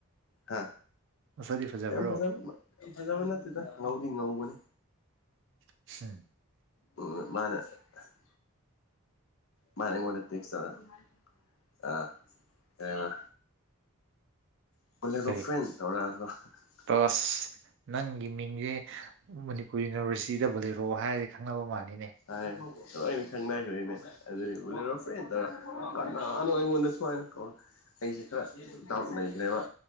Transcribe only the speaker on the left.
ꯍꯥ
ꯌꯥꯝ ꯐꯖꯕ ꯌꯥꯝ ꯐꯖꯕ ꯅꯠꯇꯦꯗ ꯉꯧꯗꯤ ꯉꯧꯕꯅꯤ
<unintelligible> ꯃꯥꯅ ꯑꯩꯉꯣꯟꯗ ꯇꯦꯛꯁ ꯇꯧꯔꯑ ꯑ <unintelligible>
ꯍꯥꯏ ꯑꯩ ꯃꯤ ꯈꯪꯅꯈ꯭ꯔ ꯏꯅꯦ ꯑꯗꯨꯗ ꯎꯂꯔꯣ ꯐꯦ ꯇꯔ ꯀꯅ ꯑꯩꯣꯟꯗꯁꯨꯃꯥꯏꯅ ꯀꯧ ꯑꯩꯁꯦ ꯈꯔ ꯗꯥꯎꯠ ꯂꯩꯈ꯭ꯔꯦꯕ